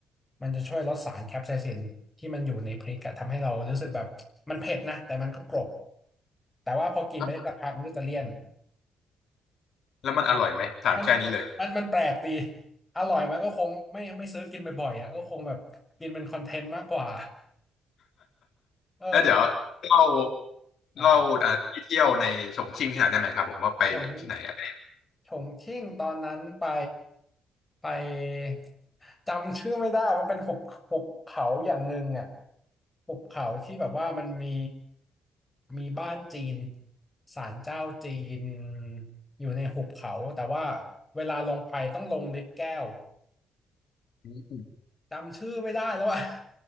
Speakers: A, on the left; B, on the left.
A: มันจะช่วยลดสารแคปไซซินที่มันอยู่ในพริกอะทำให้เรารู้สึกแบบมันเผ็ดนะแต่มันก็กรอบแต่ว่าพอกินไปได้สักพักมันก็จะเลี่ยน
B: แล้วแล้วมันอร่อยไหมถามแค่นี้เลย
A: มันมันมันแปลกดีอร่อยมันก็คงไม่ไม่ซื้อกินบ่อยๆอ่ะก็คงแบบกินเป็นคอนเทนต์มากกว่าเออมัน
B: แล้วเดี๋ยวเล่า
A: มันอ่า
B: เล่าอ่าที่เที่ยวในฉงชิ่งให้หน่อยได้ไหมครับผมว่าไปที่ไหนอะไร
A: ฉงฉงชิ่งตอนนั้นไปไปจำชื่อไม่ได้มันเป็นหุบหุบเขาอย่างหนึ่งอ่ะหุบเขาที่แบบว่ามันมีมีบ้านจีนศาลเจ้าจีนอยู่ในหุบเขาแต่ว่าเวลาลงไปต้องลงลิฟต์แก้ว
B: อืม
A: จำชื่อไม่ได้แล้วอะ